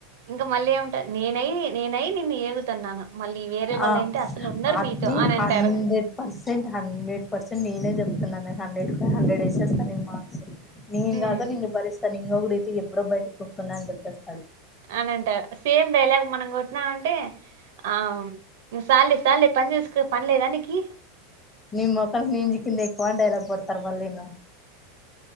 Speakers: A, on the right; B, on the left.
A: ఇంకా మళ్ళీ ఏమంటా నేనై నేనై నిన్ను ఏగుతున్నాను మళ్ళీ వేరే వాళ్ళు
B: ఆ
A: అయితే అసలు ఉండరు
B: అది
A: నీతో అని
B: హండ్రెడ్
A: అంటారు
B: పర్సెంట్, హండ్రెడ్ పర్సెంట్ నేనే చెప్తున్నాను హండ్రెడ్ కి హండ్రెడ్ వేసేస్తా నేను మార్క్స్ నేను
A: హ్మ్
B: గాదా నిన్ను భరిస్తా నింను కూడా అయితే ఎప్పుడో బయటకికుప్పుతున్నా అని చెప్పేస్త
A: అని అంటా సేమ్ డైలాగ్ మనం కొట్టినా మంటే ఆ సాల్లె సాల్లె పనిచుస్కో పన్లేదానీకి
B: ని మొఖం నిన్ జిక్కింద ఎక్కువ డైలాగ్ గొడ్త తర్వల్లినొ